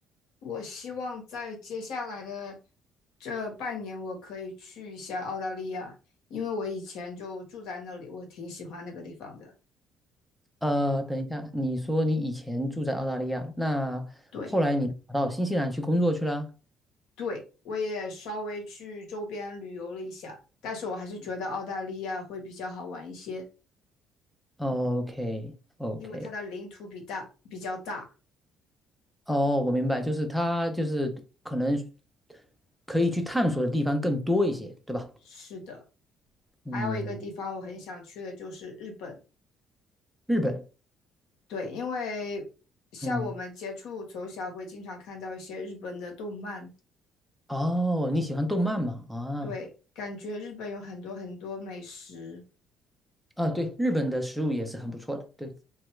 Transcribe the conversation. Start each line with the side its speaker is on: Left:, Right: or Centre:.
Left: 我希望在接下来的这半年，我可以去一下澳大利亚，因为我以前就住在那里，我挺喜欢那个地方的。
Centre: 呃，等一下，你说你以前住在澳大利亚，那后来你跑到新西兰去工作去啦
Left: 对，对，我也稍微去周边旅游了一下，但是我还是觉得澳大利亚会比较好玩一些，
Centre: o k o
Left: 因为它的领土比大，
Centre: k
Left: 比较大。
Centre: 哦，我明白，就是他就是可能可以去探索的地方更多一些，对吧？
Left: 是的，
Centre: 嗯，
Left: 还有一个地方我很想去的就是日本。
Centre: 日本，
Left: 对，因为像我们接触从小会经常看到一些日本的动漫。
Centre: 嗯，哦，你喜欢动漫吗？啊
Left: 对，感觉日本有很多很多美食，
Centre: 啊，对，日本的食物也是很不错的，对，